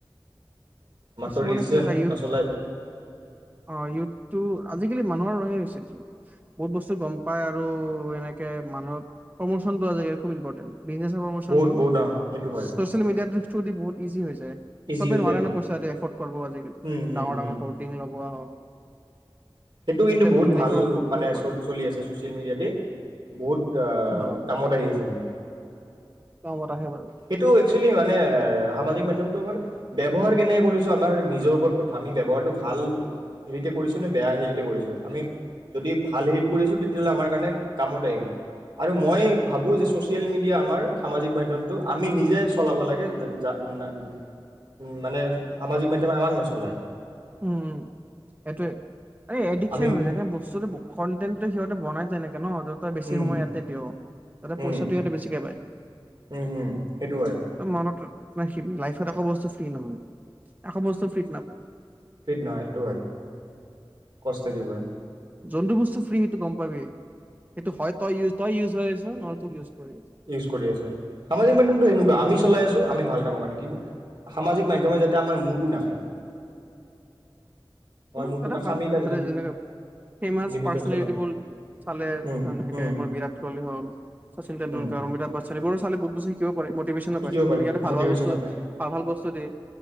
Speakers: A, on the right; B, on the right.
A: আমাকতো
B: কিছুমানে
A: ৰিলচে
B: কি চায়, ইয়থ
A: নচলায়
B: অ ইয়ুথটো আজিকালি মানুহ <unintelligible> বহুত বস্তু গম পায় আৰু এনেকে মানুহৰ প্ৰমোচনটো আজিকালি খুব ইম্পৰ্টেণ্ট। বিজনেছৰ প্ৰমোচনটো
A: বহুত বহুত অ সেইটো হয়
B: ছ'চিয়েল মিডিয়াটো থ্ৰু দি বহুত ইজি হৈ যায়। যে
A: ইজি
B: চবে
A: হৈ
B: নোৱাৰে
A: যায়
B: ন পইচ তাতে এফৰ্ট কৰ্বো আজি কালি
A: উম, হুম,
B: ডাঙৰ
A: হুম,
B: ডাঙৰ ফৰ্ডিং লগুৱা হয়
A: সেইটো কিন্তু বহুত
B: ধুনীয়াকে
A: ভাল
B: প্ৰমোট
A: মানে
B: কৰিব পাৰি
A: চলি আছে ছ'চিয়েল মিডিয়াতেই বহুত টা
B: অ',
A: কামত আহি আছে, কিন্তু
B: কামত আহে বাৰু
A: সেইটো একচুৱেলি মানে সামাজিক মাধ্যমটো আমাৰ ব্যৱহাৰ কেনেকে কৰিছোঁ, আমাৰ নিজৰ ওপৰত কথা। আমি ব্যৱহাৰটো ভাল হেৰিতে কৰিছোঁ নে বেয়া হেৰিত কৰিছোঁ আমি যদি ভাল হেৰিত কৰিছোঁ তেতিয়াহ'লে আমাৰ কাৰণে কামত আহিব, আৰু মই ভাবোঁ যে ছ'চিয়েল মিডিয়া আমাৰ সামাজিক মাধ্যমটো, আমি নিজে চলাব লাগে <unintelligible> মানে সামাজিক মাধ্যমে আমাক নচলায়।
B: উম এইটোৱে। আৰে এডিকচন
A: আমি
B: হৈ যায় না বস্তুটো কণ্টেণ্টটো খিহ'ত বনাই তেনেকে। কে ন তই বেছি
A: উম,
B: সময় ইয়াতে দিয় তাতে
A: উম,
B: পইচাটো ইয়াতে বেছিকৈ পায়।
A: উম, উম, সেইটো হয়।
B: তই মনত লাইফত একো বস্তু ফ্ৰী নহয় একো বস্তু ফ্ৰীত নাপাম।
A: ফ্ৰীত নহয় এইটো হয় কষ্ট থাকিবই।
B: যোনটো বস্তু ফ্ৰী সেইটো গম পাবিয়ে সেইটো হয়, তই-তই ইউজ হৈ আছ' নহ'লে তোক ইউজ কৰি আছ
A: ইউজ কৰি আছে সামাজিক মাধ্যমটো এনেকুৱা আমি চলাই আছোঁ, আমি ভাল কামৰ কাৰণে কিন্তু সামাজিক মাধ্যমে যাতে আমাৰ মূৰটো নাখায়। আমাৰ
B: কোনো
A: মূৰটো
B: এটা
A: নাখায়
B: ভাল
A: আমি তাৰ
B: যেনে ফেমাচ
A: লিমিটত
B: পাৰ্চনেলিটিবোৰ
A: চলাওঁ
B: চালে
A: উম
B: তেনেকে
A: উম
B: মোৰ বিৰাট কোহলি হল শচীন তেণ্ডুলকাৰ,
A: উম
B: অমিতাভ বচ্চন এইবোৰো চালে বহুত বস্তু শিকিব পাৰে <unintelligible>
A: শিকিব পাৰি
B: ইতে ভাল
A: মটিভেশ্যনো
B: ভাল বস্তু
A: পায়
B: ভাল ভাল বস্তু দিয়ে।